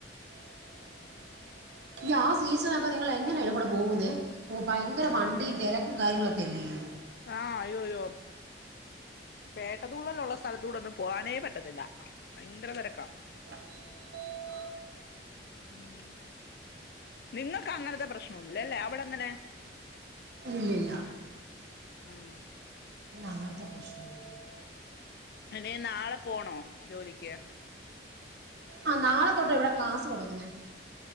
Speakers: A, on the right; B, on the left.
A: <unintelligible> യ്യാ സീസണൊക്കെ നിങ്ങളെങ്ങനെ അയ്‌ലകൂടെ പോകുന്നെ പൊ ഭയങ്കര
B: ഉം
A: വണ്ടീ തെരക്കും കാര്യങ്ങളൊക്കെ ഇല്ലല്ലോ
B: ആഹ അയ്യോ യ്യോർ പേട്ടതുള്ളലുള്ള സ്ഥലത്തൂടെ ഒന്നും പോവാനേ പറ്റത്തില്ല പയങ്കര തിരക്കാ
A: <unintelligible>
B: ഉം നിങ്ങക്ക് അങ്ങനത്തെ പ്രശ്നമൊന്നു ഇല്ല ലെ അവിടെ എങ്ങനെ
A: ഇല്ലില്ല
B: ആഹ
A: അങ്ങനത്തെ പ്രശ്നമൊന്നുമില്ല
B: അനെ നാളെ പോണോ ജോലിക്ക്
A: ആ നാളെ തോട്ട് ഇവിടെ ക്ലാസ് തുടങ്ങുന്നേ